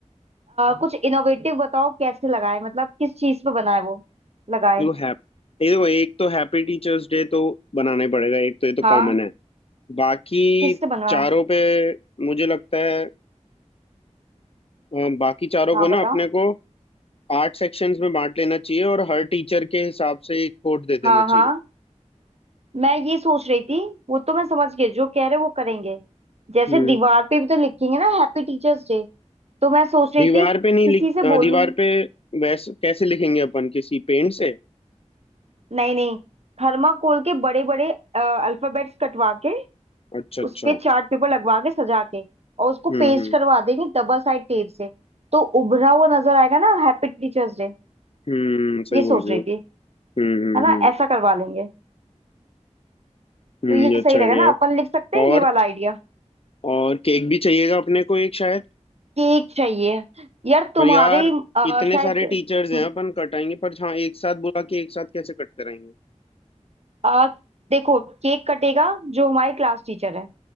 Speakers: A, on the right; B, on the left.
A: कुछ इनोवेटिव बताओ कैसे लगाए मतलब किस चीज पे बनाए वो लगाए
B: देखो हैप ये देखो एक तो हैप्पी टीचर्स डे तो बनाना ही पड़ेगा एक तो ये तो कॉमन
A: हाँ
B: है बाकी
A: किससे बनवाए
B: चारों पे मुझे लगता है अ, बाकी चारों
A: हाँ
B: को ना
A: बताओ
B: अपने को आठ सेक्शंस में बांट लेना चाहिए और हर टीचर के हिसाब से एक कोड दे देना
A: हाँ
B: चाहिए
A: हाँ मैं ये सोच रही थी वो तो मैं समझ गई जो कह रहे हो वो करेंगे जैसे
B: हम्म
A: दीवार पे भी तो लिखेंगे ना हैप्पी टीचर्स डे तो मैं सोच रही
B: दीवार
A: थी किसी
B: पे नहीं लिख
A: से
B: अ,
A: बोलूं
B: दीवार पे वैसे कैसे लिखेंगे अपन किसी पेंट से
A: नहीं नहीं थर्माकोल के बड़े बड़े अल्फाबेट्स कटवा के
B: अच्छा अच्छा
A: उस पे चार्ट पेपर लगवा के सजा के और उसको
B: हम्म
A: पेस्ट
B: हम्म
A: करवा देंगे डबल साइड टेप से तो उभरा हुआ नजर आएगा ना हैप्पी टीचर्स डे
B: हम्म सही
A: ये सोच
B: बोल रही
A: रही
B: हो
A: थी
B: हम्म हम्म
A: है ना
B: हम्म
A: ऐसा करवा लेंगे
B: हम्म,
A: तो ये
B: ये
A: सही
B: अच्छा
A: रहेगा
B: आइडिया
A: ना
B: है
A: अपन लिख सकते हैं
B: और
A: ये वाला आइडिया
B: और केक भी चाहिएगा अपने को एक शायद
A: केक चाहिए यार तुम्हारे
B: पर यार
A: अ,
B: इतने
A: शायद
B: सारे टीचर्स हैं
A: म,
B: अपन कटाएंगे पर हाँ एक साथ बुला के एक साथ कैसे कट कराएंगे
A: अ, देखो केक कटेगा जो हमारे क्लास टीचर है